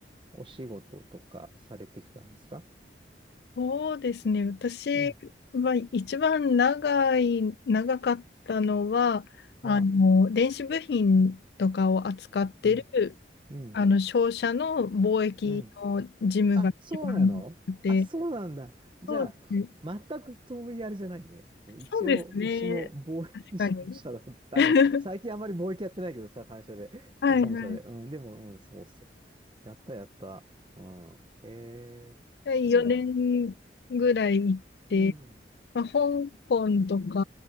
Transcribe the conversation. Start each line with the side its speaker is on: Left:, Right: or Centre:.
Right: お仕事とかされてきたんですか
Left: そうですね。私は一番長い、
Right: うん。
Left: 長かったのは、あの、
Right: は、
Left: 電子部品とかを扱ってる、
Right: うん、うん、
Left: あの、商社の貿易の事務が一番多くて、
Right: うん。あ、そうなのあ、そうなんだ。じゃあ、
Left: そうですね。
Right: 全く遠いあれじゃないね。
Left: そうですね。
Right: 一応、うちも貿易商社だった。
Left: 確かに。<laughs>
Right: あの、最近あまり貿易やってないけどさ、会社で、
Left: はいは
Right: そう本社で。うん、でも、うん、そうっす。やった、やった。うん。へえ、そうなんだ。
Left: い。4年ぐらい行って、
Right: うん、
Left: まあ、香港とか、